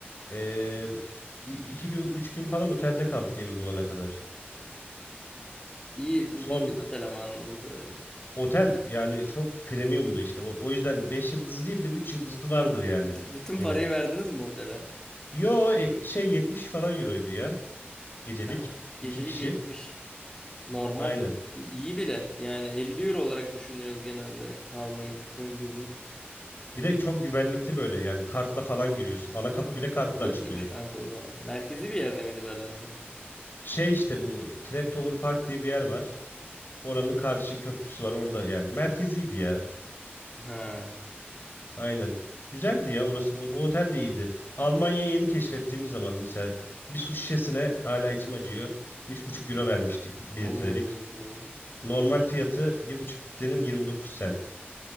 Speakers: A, on the left; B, on the left.
A: eee, i- iki gün üç gün falan otelde kaldık evi bulana kadar.
B: İyi
A: Son
B: düzgün otel ama anladığım kadarıyla.
A: otel yani çok premiumdu işte. O, o yüzden 5 yıldızlı değil de 3 yıldızlı vardır yani
B: Bütün, bütün
A: yine.
B: parayı verdiniz mi otele?
A: Yo e, şey 70 falan euroydu ya gecelik
B: Heh, Gecelik
A: iki kişi.
B: 70. Normal.
A: Aynen.
B: İyi bile. Yani 50 euro olarak düşünüyoruz genelde kalmayı günlük.
A: Bir de çok güvenlikli böyle yani kartla falan giriyorsun. Ana kapı bile kartla
B: Yok
A: açılıyor.
B: iyiymiş kanka o zaman. Merkezi bir yerde miydi Berlin'de?
A: Şey işte bu Traptower Park diye bir yer var. Oranın karşı köprüsü var orada yani. Merkeziydi ya.
B: Ha.
A: Aynen. Güzeldi ya orası. O, o otel de iyiydi. Almanya'yı yeni keşfettiğimiz zaman mesela bir su şişesine hala içim acıyor. üç buçuk euro vermiştik bir
B: Oo.
A: litrelik. Normal fiyatı bir buçuk litrenin 29 sent.